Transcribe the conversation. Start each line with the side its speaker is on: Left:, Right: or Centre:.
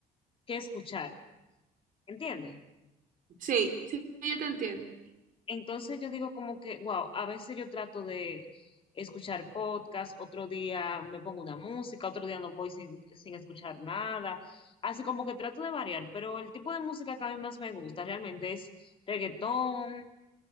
Left: qué escuchar, ¿entiendes?
Right: Sí, sí, yo te entiendo.
Left: Entonces yo digo como que, wow, a veces yo trato de escuchar podcast, otro día me pongo una música, otro día no voy sin, sin escuchar nada, así como que trato de variar, pero el tipo de música que a mí más me gusta realmente es reggaetón,